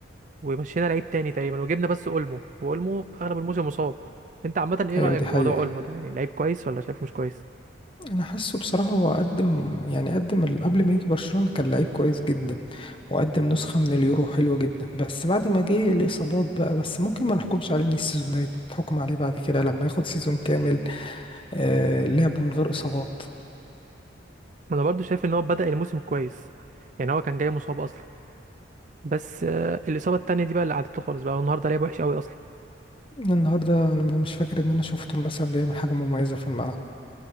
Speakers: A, on the right; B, on the left.
A: ومشينا لعيب تاني تقريبا وجبنا بس اولمو واولمو اغلب الموسم مصاب انت عامه ايه
B: ايوه
A: رايك
B: دي
A: في
B: حقيقه
A: موضوع اولمو ده يعني لعيب كويس ولا شايفه مش كويس
B: انا حاسه بصراحه هو قدم يعني قدم ال- قبل ما يجي برشلونه كان لعيب كويس جدا وقدم نسخه من اليورو حلوه جدا بس بعد ما جه الاصابات بقى بس ممكن ما نحكمش عليه من السيزون ده تحكم عليه بعد كده لما ياخد سيزون كامل آه لعب من غير اصابات
A: انا برضو شايف ان هو بدا الموسم كويس يعني هو كان جاي مصاب اصلا بس آه، الاصابه التانيه دي بقى اللي قعدته خالص بقى هو النهارده لعب وحش قوي اصلا
B: النهارده انا م- مش فاكر ان انا شفته مثلا بيعمل حاجه مميزه في الملعب